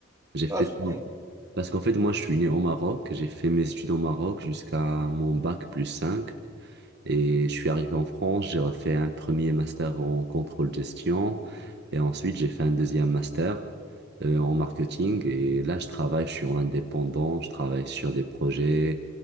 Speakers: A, on the right; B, on the right.
A: J'ai fait...
B: Ah, très bien.
A: ça Parce qu'en fait, moi, je suis né au Maroc. J'ai fait mes études au Maroc jusqu'à mon bac plus 5 et je suis arrivé en France, j'ai refait un premier master en contrôle gestion et ensuite j'ai fait un deuxième master euh, en marketing. Et là, je travaille, je suis en indépendant, je travaille sur des projets